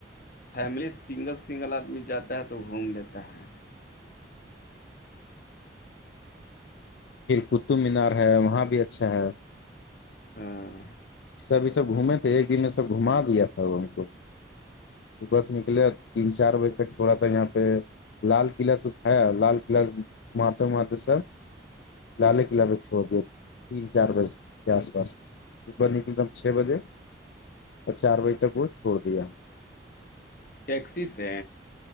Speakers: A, on the left; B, on the left.
A: فیملی سنگل سنگل آدمی جاتا ہے تو گھوم لیتا ہے
B: پھر قطب مینار ہے وہاں بھی اچھا ہے
A: ہاں
B: سبھی سب گھومے تھے ایکن میں سب گھما دیا تھا ان کو صبح سے نکلے تین چار بجے تک چھوڑا کر یہاں پہ لال قلعہ سب ہے لال قلعہ مات مات سب لال قلعہ میں چھوڑ دے تین چار بج کے آس پاس ب نکلتا ہوں چھ بجے اور چار بجے تک وہ چھوڑ دیا ہ
A: ٹیکسی سے